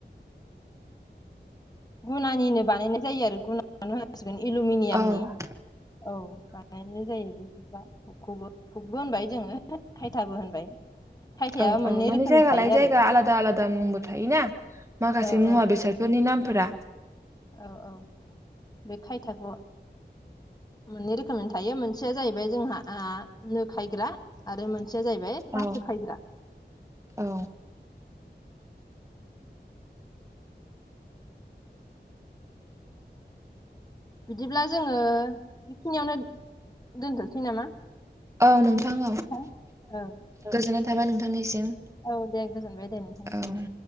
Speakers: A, on the left (about 20°); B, on the right (about 15°).
A: गुनानिनो बानायनाय जायो आरो गुना ग एलमिनियामनि
B: औ
A: औ बानायनाय जायो बे ाबो हुगबो होनबाय जोङो खायथाबो होनबाय खायथाया
B: औ
A: मोननै
B: औ मानिे
A: रोखोमनि
B: जायगा
A: थायो
B: लाय जायगा
A: आरो
B: आलादा आलादा मुंबो थायोना माखासे
A: औ
B: मुवा
A: औ
B: बेसादफोरनि नामफोरा
A: औ औ बे खायथाखौ मोननै रोखोमनि थायो मोनसेया जाहैबाय जोंहा नो खायग्रा आरो मोनसेया जाहैबाय
B: औ
A: रासो खायग्रा
B: औ
A: बिदिब्ला जोङो बेखिनियावनो दोनथ'सै नामा
B: औ नोंथांाव
A: नोंथां औ
B: गोजोननाय थाबाय
A: औ
B: नोंथांनिसिम
A: औ दे गोजोनबाय दे नोंथांनिसिमबो
B: औ